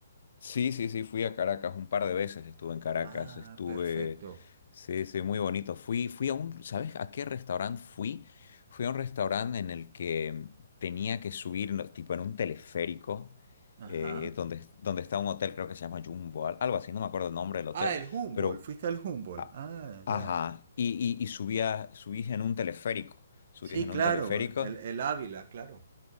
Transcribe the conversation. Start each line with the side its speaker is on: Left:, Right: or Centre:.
Left: Sí, sí, sí, fui a Caracas un par de veces, estuve en Caracas,
Right: Ah,
Left: estuve,
Right: perfecto.
Left: sí, sí, muy bonito. Fui, fui a un, ¿sabes a qué restaurante fui? Fui a un restaurante en el que tenía que subir, no, tipo en un teleférico,
Right: Ajá.
Left: eh, donde, donde está un hotel, creo que se llama Jumbo, al- algo así, no me acuerdo el nombre del hotel,
Right: Ah, el Humboldt,
Left: pero,
Right: fuiste al Humboldt.
Left: a-
Right: Ah,
Left: ajá,
Right: ya.
Left: y, y, y subía, subís en un teleférico, subís
Right: Sí,
Left: en
Right: claro,
Left: un teleférico
Right: el, el Ávila, claro.